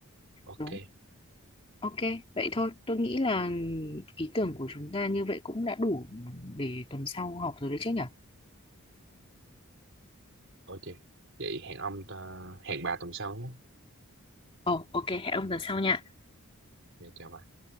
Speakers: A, on the right; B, on the left.
A: ok
B: đúng. Ok, vậy thôi. Tôi nghĩ là ý tưởng của chúng ta như vậy cũng đã đủ để tuần sau học rồi đấy chứ nhỉ?
A: ok vậy hẹn ông ta, hẹn bà tuần sau nhé
B: Ồ, ok, hẹn ông tuần sau nha.
A: Ok, chào bà